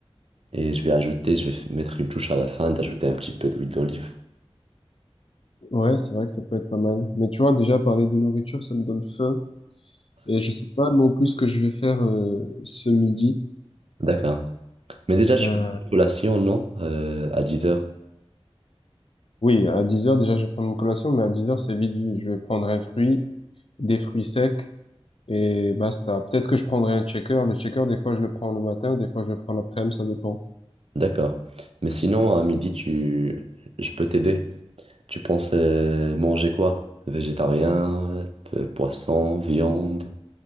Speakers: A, on the right (about 65°); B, on the left (about 60°).
A: Et je vais ajouter, je vais mettre une touche à la fin d'ajouter un petit peu d'huile d'olive.
B: Ouais, c'est vrai que ça peut être pas mal. Mais tu vois, déjà, parler de nourriture, ça me donne faim. Et je sais pas non plus ce que je vais faire euh, ce midi.
A: D'accord. Mais déjà, tu
B: Euh,
A: prends une collation, non? Euh, à dix heures,
B: Oui, à 10 heures déjà, je vais prendre une collation, mais à 10 heures c'est vite vu. Je vais prendre un fruit, des fruits secs, et basta. Peut-être que je prendrai un checker. Le checker des fois, je le prends le matin, des fois, je le prends l'après-midi, ça dépend.
A: D'accord. Mais sinon, à midi, tu... je peux t'aider. Tu penses euh, manger quoi? Végétarien, euh, poisson, viande.